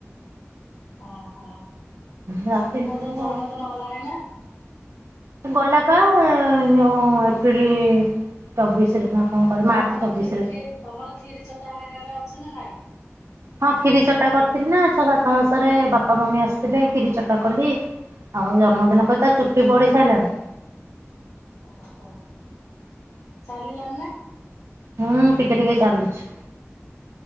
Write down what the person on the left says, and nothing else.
ଓହୋ ତୋ
ପୁଅ ଦେଇ ଜନ୍ମଦିନ
ଗଲାଣି ନା?
ତମର
ଖି ଖି ତମର କ୍ଷୀରି ଚଟା ହେରା ହେରା ଅଛିନା ନାଇଁ?
ଓହୋ
ଓହୋ ଚାଲିଲାନି ନା?